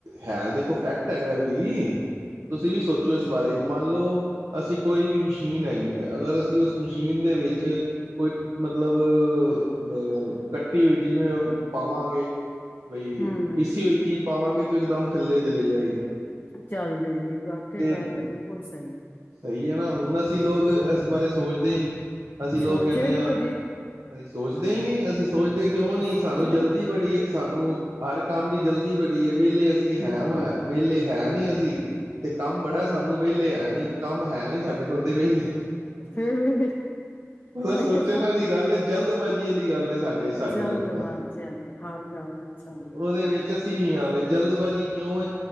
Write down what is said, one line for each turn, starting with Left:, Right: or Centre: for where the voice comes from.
Right: ਹੈਰ ਦੇਖੋ ਫੈਕਟ ਹੈਗਾ ਵੀ ਤੁਸੀਂ ਵੀ ਸੋਚੋ ਇਸ ਬਾਰੇ ਮੰਨ ਲਓ ਅਸੀਂ ਕੋਈ ਵੀ ਮਸ਼ੀਨ ਹੈਗੀ ਹੈ ਅਗਰ ਅਸੀਂ ਉਸ ਮਸ਼ੀਨ ਦੇ ਵਿੱਚ ਕੋਈ ਮਤਲਬ ਅਹ ਕੱਟੀ ਹੋਈ ਜ ਜਿਵੇਂ ਪਾਵਾਂਗੇ ਬਈ
Left: ਹੂੰ
Right: ਇਸਸੀ ਹੋਈ ਚੀਜ਼ ਪਾਵਾਂਗੇ ਤ ਇਕਦਮ ਚੱਲੇ ਚਲੇ ਜਾਏਗੀ
Left: ਚੱਲ ਜਾਏਗੀ ਵਾਕਈ
Right: ਤੇ
Left: ਗੱਲ ਤਾਂ ਬਿਲਕੁਲ ਸਹੀ ਹੈ।
Right: ਸਹੀ ਹੈ ਨਾ ਹੁਣ ਅਸੀਂ ਲੋਕ
Left: ਹੂੰ।
Right: ਇਸ ਬਾਰੇ ਸੋਚਦੇ ਹੀ ਨਹੀਂੀ ਅਸੀਂ ਲੋਕ
Left: ਸੋਚਿਆ
Right: ਕਹਿੰਦੇ
Left: ਨੀ
Right: ਹਾਂ
Left: ਕਦੀ,
Right: ਅਸੀਂ ਸੋਚਦੇ ਹੀ ਨਹੀਂੀ ਅਸੀਂ ਸੋਚਦੇ ਕਿਉਂ
Left: ਕਦੇ
Right: ਨੀ
Left: ਸੋਚਿਆ
Right: ਸਾਨੂੰ ਜਲਦੀ
Left: ਹੀ ਨੀ
Right: ਬੜੀ ਹੈ ਸਾਨੂੰ ਹਰ ਕੰਮ ਦੀ ਜਲਦੀ ਬੜੀ ਹੈ ਵਿਹਲੇ ਅਸੀਂ ਹੈ
Left: ਹੂੰ-ਹੂੰ
Right: ਵ ਵਹਲੇ ਹੈ ਨੀ ਅਸੀਂ ਜੀ ਤੇ ਕੰਮ ਬੜਾ ਸਾਨੂੰ ਵਿਹਲੇ ਹੈ ਨੀ ਕੰਮ ਹੈ ਨੀ ਸਾਡੇ ਕੋਲ ਤੇ ਵਿਹਲੇ
Left: ਫੇਿਰ ਵੀ
Right: ਮਤਲਬ
Left: ਬਈਆ
Right: ਸੋਚਣ ਵਾਲੀ ਗੱਲ ਹੈ ਜਲਦਬਾਜ਼ੀ ਵਾਲੀ ਗੱਲ ਸਾਡੇ ਸਾਡੇ
Left: ਜਲਦਬਾਜ਼ੀ
Right: ਲੋਕਾਂ
Left: ਵਾਲੇ ਹਰ ਗੱਲ ਵਿੱਚ ਸਾਨੂੰ
Right: ਉਹਦੇ ਵਿੱਚ ਅਸੀਂ ਵੀ ਆਵੇ ਜਲਦਬਾਜ਼ੀ ਕਿਉਂ